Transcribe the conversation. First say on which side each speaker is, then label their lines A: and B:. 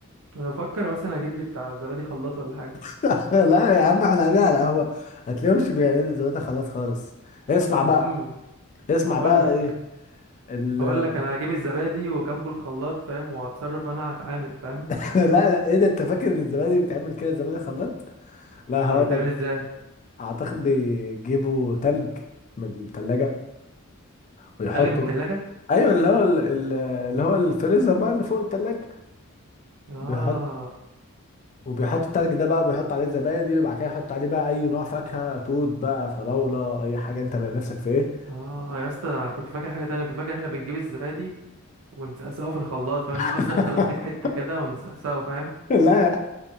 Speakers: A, on the right (about 65°); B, on the left (about 35°).
A: انا بفكر مثلا اجيب لي بتاع زبادي خلاط ولا حاجه
B: <laughs> لا يا عم احنا قاعدين على قهوه هتلاقيهمش بيعملوا دلوقتي خلاص خالص اسمع بقى
A: يا عم
B: اسمع
A: ما هقول
B: بقى
A: لك
B: ايه ال...
A: هقول لك انا هجيب الزبادي وجنبه الخلاط فاهم وهتصرف وانا هتعامل فاهم
B: <laughs> لا لا ايه ده انت فاكر ان الزبادي بيتعمل كده الزبادي خلاط لا
A: امال
B: هقول
A: بيتعمل
B: لك
A: ازاي
B: اعتقد بيجيبوا تلج من التلاجة ويحطوا
A: تلج من التلاجة
B: ايوه اللي هو ال- ال- اللي هو الفريزر بقى اللي فوق التلاجة
A: اه
B: بيحط وبيحط التلج ده بقى بيحط عليه زبادي وبعد كده يحط عليه بقى اي نوع فاكهة توت بقى فراولة اي حاجة انت بقى نفسك في ايه
A: اه يا اسطى أنا كنت فاكر حاجه تانية كنت فاكر احنا بنجيب الزبادي ونسقسقه في الخلاط فاهم
B: <laughs>
A: نكسر خلاط 100 حته كده ونسقسقه فاهم
B: لا لا